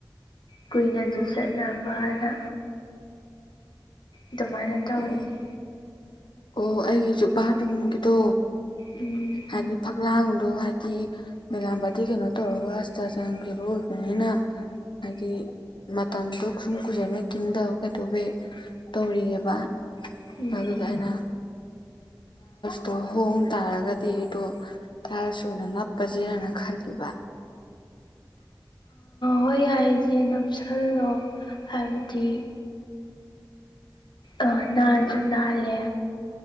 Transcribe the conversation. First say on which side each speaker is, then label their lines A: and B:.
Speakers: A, on the left (about 75°); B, on the left (about 80°).
A: ꯀꯨꯏꯅꯁꯨ ꯆꯠꯅꯕꯅ ꯑꯗꯨꯃꯥꯏꯅ ꯇꯧꯔꯤꯁꯦ
B: ꯑꯣ ꯑꯣ ꯑꯩꯒꯤꯁꯨ ꯚꯔꯣꯨꯝꯒꯤꯗꯣ
A: ꯎꯝ
B: ꯍꯥꯏꯗꯤ ꯐꯛꯂꯥꯡꯗꯣ ꯍꯥꯏꯗꯤ ꯃꯕꯤꯂꯥ ꯄꯇꯗꯤ ꯀꯩꯅꯣ ꯇꯧꯔꯒ ꯑꯁꯇꯥ ꯆꯪꯈꯤꯕ ꯑꯣꯏꯕꯅꯤꯅ ꯍꯥꯏꯗꯤ ꯃꯇꯝꯗꯣ ꯀ ꯁꯨꯝ ꯀꯨꯖꯔꯅ ꯀꯤꯟꯗ ꯀꯩꯗꯧꯋꯤ ꯇꯧꯔꯤꯑꯕ
A: ꯎꯝ
B: ꯑꯗꯨꯗ ꯑꯩꯅ ꯇꯣ ꯍꯣꯡ ꯇꯥꯔꯒꯗꯤ ꯑꯩꯇꯣ ꯊꯥꯔ ꯁꯨꯅ ꯅꯞꯄꯁꯦꯅ ꯈꯜꯂꯤꯕ
A: ꯍꯣꯏ ꯌꯥꯔꯤꯁꯦ ꯅꯞꯁꯜꯂꯣ ꯍꯥꯏꯕꯗꯤ ꯑ ꯅꯥꯁꯨ ꯅꯥꯂꯦ